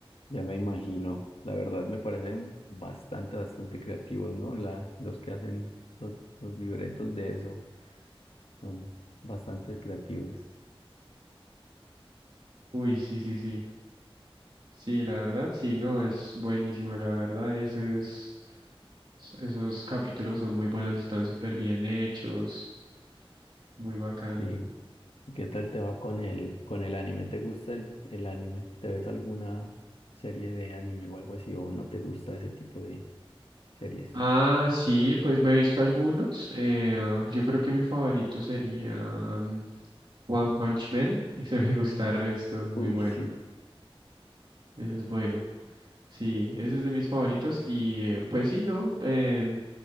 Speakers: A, on the left; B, on the right.
A: Ya me imagino, la verdad me parecen bastante, bastante creativos, ¿no? La, los que hacen los, los libretos de eso son bastante creativos.
B: Uy, sí, sí, sí. Sí, la verdad, sí, no, es buenísimo, la verdad, esos, esos capítulos son muy buenos, están súper bien hechos, muy bacano.
A: Sí. ¿Y qué tal te va con el, con el anime? ¿Te gusta el, el anime? ¿Te ves alguna serie de anime o algo así? ¿O no te gusta ese tipo de series?
B: Ah, sí, pues me he visto algunos, eh, yo creo que mi favorito sería mm, One Punch Man, <laughs> ese me gusta el resto, muy
A: Uy,
B: bueno,
A: sí.
B: ese es bueno, sí, ese es de mis favoritos y eh, pues sí, no, Em,